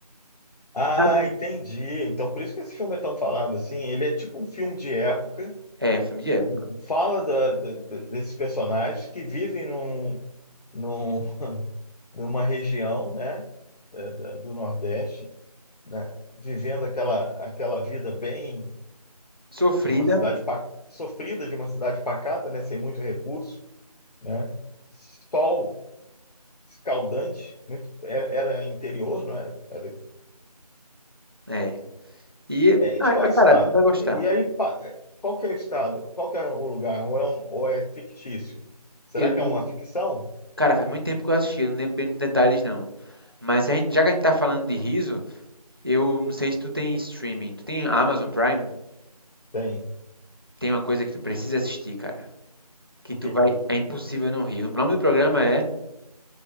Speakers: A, on the left; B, on the right.
A: Ah,
B: na-
A: entendi. Então, por isso que esse filme é tão falado assim. Ele é tipo um filme de época
B: é, filme
A: que
B: de época.
A: fala da- da- da- desses personagens que vivem num, num- numa região, né, é, da- do Nordeste, né, vivendo aquela, aquela vida bem
B: Sofrida,
A: de uma cidade pa- sofrida, de uma cidade pacata, né, sem muito recurso, né, sol escaldante, muito, é- era interior, não é? Era,
B: é. E,
A: é, de
B: ah,
A: qual estado?
B: cara, tu vai gostar.
A: E, e aí, pa- é, qual que é o estado? Qual que é o lugar? Ou é, um, ou é fictício? Será
B: Eu
A: que
B: não,
A: é uma ficção?
B: cara, faz muito tempo que eu assisti, eu não lembro bem dos detalhes não. Mas se a gente- já que a gente tá falando de riso, eu não sei se tu tem streaming. Tu tem Amazon Prime?
A: Tem.
B: Tem uma coisa que tu precisa assistir, cara. Que
A: O
B: tu
A: que
B: vai.
A: que é?
B: É impossível não rir. O nome do programa é.